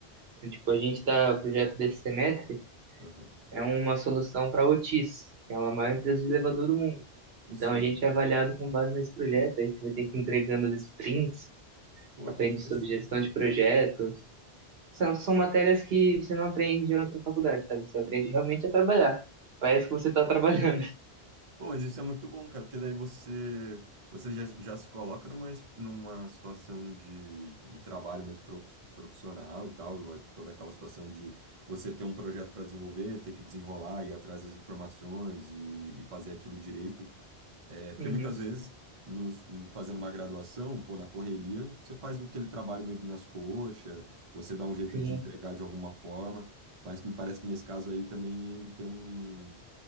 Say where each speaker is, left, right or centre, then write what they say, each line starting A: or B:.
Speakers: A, on the right (about 70°); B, on the right (about 35°).
A: Então, tipo, a gente tá, o projeto desse semestre
B: aham,
A: é uma solução para a Otis, que é uma maior empresa de elevador do mundo. Então,
B: sim.
A: a gente é avaliado com base nesse projeto, aí você vai ter que ir entregando as sprints,
B: Pô,
A: aprende
B: que interessante.
A: sobre gestão
B: cara.
A: de projetos. São, são matérias que você não aprende em outra faculdade, sabe? Você aprende realmente a trabalhar. Parece que você tá trabalhando. <laughs>
B: Bom, mas isso é muito bom, cara, porque daí você, você já, já se coloca numa, es- numa situação de, de trabalho mesmo prof- profissional e tal, toda aquela situação de você ter um projeto para desenvolver, ter que desenrolar, ir atrás das informações e, e fazer aquilo direito. É, porque
A: Uhum.
B: muitas vezes, nos, fazendo uma graduação, pô, na correria, você faz aquele trabalho meio nas coxas, você dá um jeito
A: Sim.
B: de entregar de alguma forma, mas me parece que nesse caso aí também tem um.